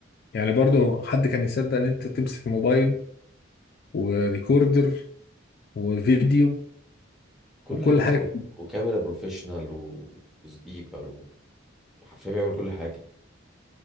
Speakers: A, on the left (about 45°); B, in the centre.
A: يعني برضو حد كان يصدق ان انت تمسك موبايل وريكوردر وفيديو
B: كل
A: وكل
B: حاجة
A: حاجه
B: و...
A: في-
B: وكاميرا بروفيشنال و... وسبيكر و... حرفيا بيعمل كل حاجة